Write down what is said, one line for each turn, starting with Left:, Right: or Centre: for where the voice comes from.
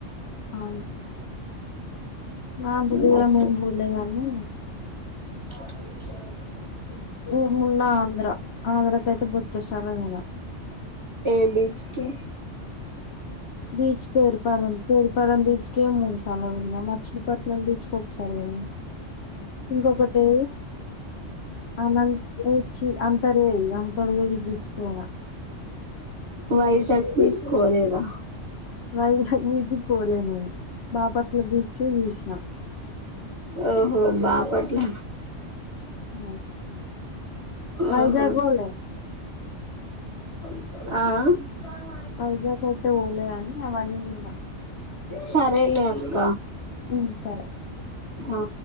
Left: అవును. మా బుధగా
Right: మస్తు
Left: మేము బూలేగానీ
Right: ఆ <unintelligible> గానీ
Left: ఏమున్న ఆంధ్ర ఆంధ్రకైతే బోచ్చుడు సార్లు పోయిన
Right: ఏ బీచ్ కి
Left: బీచ్ పేరు పాలెం పేరు పాలెం బీచ్ కే మూడు సార్లు పోయినా. మచ్చిలీపట్నం బీచ్ కి ఒకసారి పోయినా. ఇంకొకటి అనచ్చి అంతర్వేయిది అంతర్వేయిది బీచుకుపోయినా
Right: వైజాక్ తీసుకోలేదా
Left: వైజగ్ బీచ్కి పోలే నేను బాపట్ల బీచే చూసినా
Right: ఓహో బాపట్ల.
Left: ఉ వైజాగ్
Right: ఆహా
Left: పోలే
Right: ఆ
Left: వైజాగ్ అయితే పోలే గాని అవన్నీ పోయినా
Right: సరేలే అక్క
Left: ఉమ్ సరే
Right: ఆ